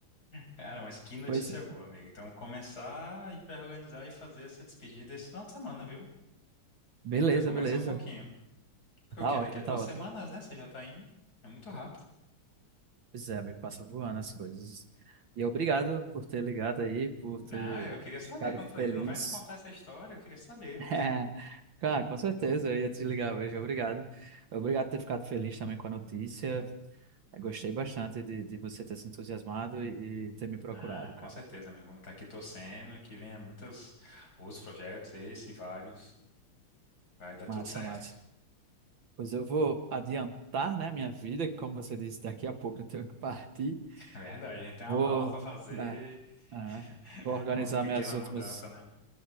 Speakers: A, on the left; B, on the right.
A: Cara, mas que notícia
B: Pois,
A: boa, amigo. Então, começar, a gente vai organizar e fazer essa despedida esse final de semana, viu?
B: beleza,
A: A gente já começa
B: beleza.
A: um pouquinho. Porque
B: Tá
A: o quê?
B: ótimo,
A: Daqui a duas
B: tá ótimo.
A: semanas, né? Você já tá indo. É muito rápido.
B: Pois é, amigo, passa voando as coisas. E obrigado por ter ligado aí, por ter
A: Ah, eu queria saber.
B: ficado
A: Quando eu falei,
B: feliz.
A: ele não vai me contar essa história, eu queria saber.
B: <laughs> Cara, com certeza, eu ia te ligar hoje, obrigado. Obrigado por ter ficado feliz também com a notícia. Eu gostei bastante de, de você ter se entusiasmado e, e ter me procurado,
A: Ah, com
B: cara.
A: certeza, amigo. Vamos estar aqui torcendo que venha muitos outros projetos, esse e vários. Vai dar tudo
B: Massa,
A: certo.
B: massa. Pois eu vou adiantar, né, minha vida, que como você disse, daqui a pouco eu tenho que partir.
A: É verdade, a gente tem uma
B: Vou,
A: mala pra fazer,
B: é, é, vou
A: <laughs>
B: organizar
A: uma pequena
B: minhas últimas
A: mudança, né?